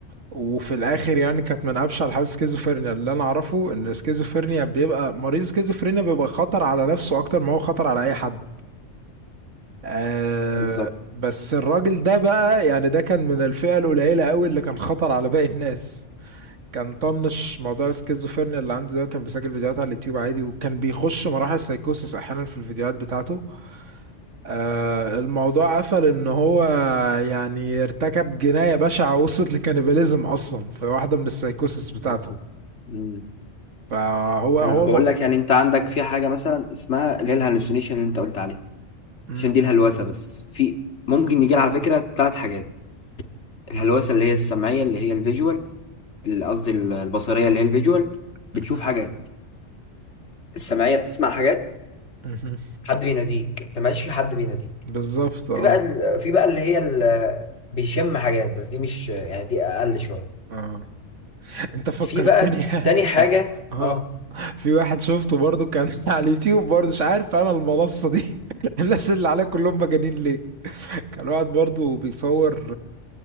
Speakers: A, on the right; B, on the left.
A: وفي الآخر يعني كانت من أبشع الحالات السكيزوفرينيا اللي أنا أعرفه إن السكيزوفرينيا بيبقى مريض السكيزوفرينيا بيبقى خطر على نفسه أكتر ما هو خطر على أي حد آه
B: بالظبط
A: بس الراجل ده بقى يعني ده كان من الفئة القليلة قوي اللي كان خطر على باقي الناس كان طنش موضوع السكيزوفرينيا اللي عنده ده كان بيسجل فيديوهات على اليوتيوب عادي وكان بيخش مراحل سايكوسس احيانا في الفيديوهات بتاعته آه الموضوع قفل ان هو يعني ارتكب جناية بشعة وصلت لكانيباليزم اصلا في واحدة من السايكوسس بتاعته
B: بالظبط مم.
A: فهو هو
B: انا بقول
A: م...
B: لك يعني انت عندك
A: مم.
B: في حاجه مثلا اسمها اللي هي الهلوسينيشن اللي انت قلت عليه
A: <laughs>
B: عشان دي الهلوسه بس في ممكن يجي على فكره ثلاث حاجات الهلوسه اللي هي السمعيه اللي هي الفيجوال اللي قصدي ال- البصريه اللي هي الفيجوال بتشوف
A: مهم.
B: حاجات السمعيه بتسمع حاجات
A: مهم.
B: حد بيناديك انت ماشي في حد بيناديك
A: بالظبط اه
B: في بقى ال- في بقى اللي هي ال- بيشم حاجات بس دي مش يعني دي اقل
A: مم.
B: شويه
A: اه انت فكرتني
B: في بقى تاني حاجه
A: <laughs> اه
B: اه
A: في واحد شفته برضو كان <laughs> على اليوتيوب برضو مش عارف انا المنصة دي <laughs> الناس اللي عليها كلهم مجانين ليه كان واحد برضو بيصور